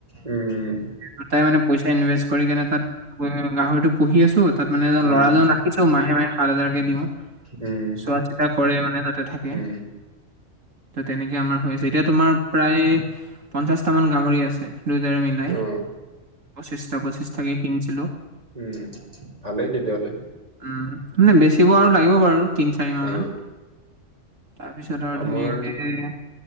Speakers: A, on the right; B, on the right.
A: উম
B: দুইটাই মানে পইচা ইনভেষ্ট কৰি কেনে তাত গাহৰিটো পুহি আছো- তাত মানে এজন
A: উম
B: ল'ৰাজন ৰাখিছো, মাহে মাহে সাত হাজাৰকে দিওঁ।
A: উম
B: চোৱা চিতা কৰে মানে তাতে থাকে।
A: উম
B: ত' তেনেকে আমাৰ হৈ আছে, এতিয়া তোমাৰ প্ৰায় পঞ্চাশটা মান গাহৰি আছে। দুইতাৰে মিলাই
A: অ
B: পঁচিছটা পঁচিছাকে কিনিছিলো।
A: উমঁ' ভালেই তেতিয়া হ'লে।
B: উমঁ' মানে বেচিব আৰু লাগিব বাৰু- তিনি চাৰি মাহ
A: অ
B: মান তাৰপিছত আৰু
A: আমাৰ
B: ধুনীয়া এ